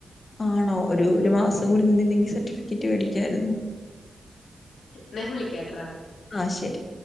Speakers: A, on the left (about 35°); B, on the left (about 85°).
A: ആണോ ഒരു ഒരു മാസം
B: ഉം
A: കൂടി നിന്നണ്ടെങ്കി സർട്ടിഫിക്കറ്റ് മേടിക്കായിരുന്നു
B: നെയ വിളിക്കട്ര ഡാ
A: ആഹ ശരി